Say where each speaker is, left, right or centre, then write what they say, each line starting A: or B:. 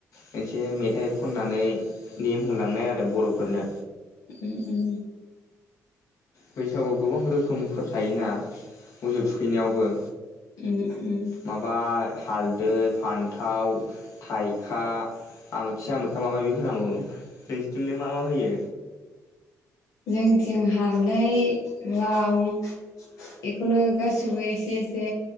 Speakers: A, on the left; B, on the left.
A: मोनसे मेथाइ खननानै नेम होलांनाय आरो बर'फोरनो
B: उम उम
A: बैसागुआव गोबां रोखोमफोर थायोना मोसौ थुखैनायावबो
B: उम उम
A: माबा हालदै फान्थाव थाइखा आमोखि आमोखा माबा माबि होनांगौ नोंसोरथिंजाय मा मा होयो?
B: जोंथिं हालदै लाव बेखौनो गासिबो एसे एसे